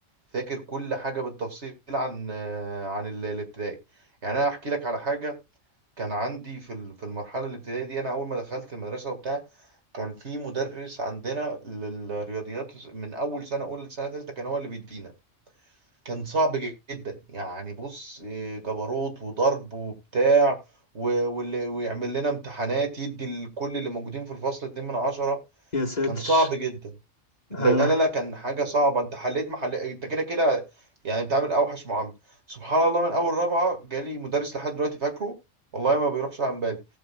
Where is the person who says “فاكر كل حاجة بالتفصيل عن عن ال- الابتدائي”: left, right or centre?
Right